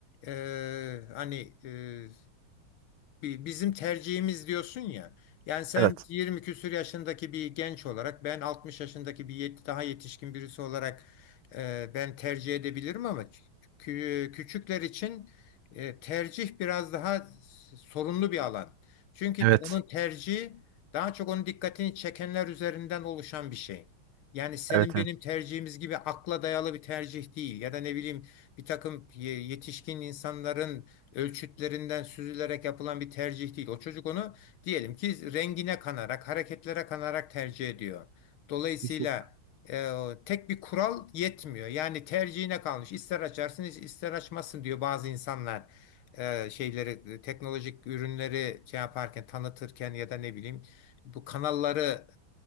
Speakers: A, on the left; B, on the right.
A: e, hani e, Bi- Bizim tercihimiz diyorsun ya. Yani sen
B: Evet.
A: 20 küsur yaşındaki bir genç olarak ben 60 yaşındaki bir yet- daha yetişkin birisi olarak e, ben tercih edebilirim ama kü- küçükler için e, tercih biraz daha s- sorunlu bir alan. Çünkü
B: Evet.
A: t- onun tercihi daha çok onun dikkatini çekenler üzerinden oluşan bir şey. Yani senin
B: Evet
A: benim
B: evet.
A: tercihimiz gibi akla dayalı bir tercih değil ya da ne bileyim bir takım ye- yetişkin insanların ölçütlerinden süzülerek yapılan bir tercih değil. O çocuk onu diyelim ki rengine kanarak, hareketlere kanarak tercih ediyor. Dolayısıyla
B: Kesin.
A: e, tek bir kural yetmiyor. Yani tercihine kalmış. İster açarsın, ister açmazsın diyor bazı insanlar. E, şeyleri, e, teknolojik ürünleri şey yaparken, tanıtırken ya da ne bileyim bu kanalları